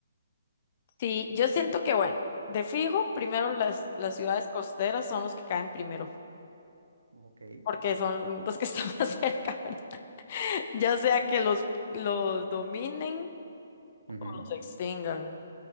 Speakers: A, on the left; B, on the right.
A: Sí, yo siento que, bueno, de fijo, primero las, las ciudades costeras son los que caen primero,
B: Ujú, Ok.
A: porque son los que están <laughs> más cerca, ¿verdad? Ya sea que los, los dominen
B: Ujú,
A: o los extingan.